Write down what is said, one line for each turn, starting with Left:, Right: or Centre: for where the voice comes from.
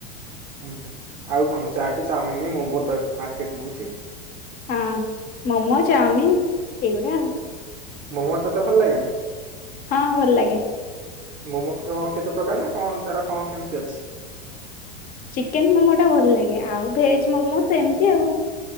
Right: ହୁଁ, ହୁଁ ଆଉ କଣ ଚାଟେ, ଚାଉମିନ୍, ମୋମା ତ ଏବେ ମାର୍କେଟ ନଉଛି।
Left: ହୁଁ ମୋମୋ, ଚାଉମିିନ୍, ଏଇଗୁଡ଼ା।
Right: ମୋମୋ ତତେ ଭଲ ଲାଗେ ନା?
Left: ହଁ ଭଲ ଲାଗେ।
Right: ମୋମ କଣ କେତେ ପ୍ରକାର ନା କଣ ତାର କଣ କେମିତି ଅଛି?
Left: ଚିକେନ୍ ମୋମୋ ଟା ଭଲ ଲାଗେ ଆଉ ଭେଜ ମୋମୋ ସେମିତି ଆଉ।